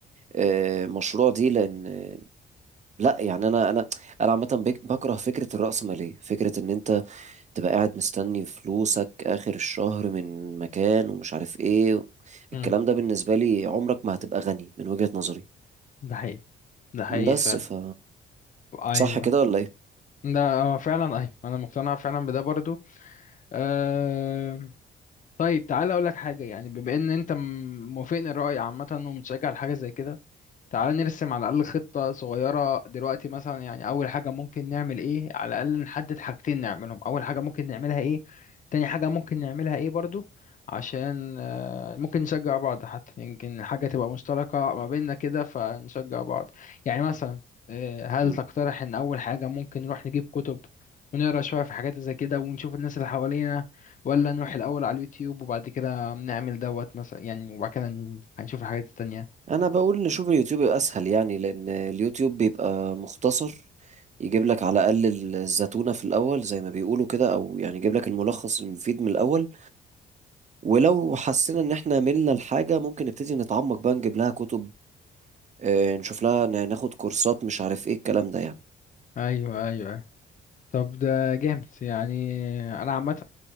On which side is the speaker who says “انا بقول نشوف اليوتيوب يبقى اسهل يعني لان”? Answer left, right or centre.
Right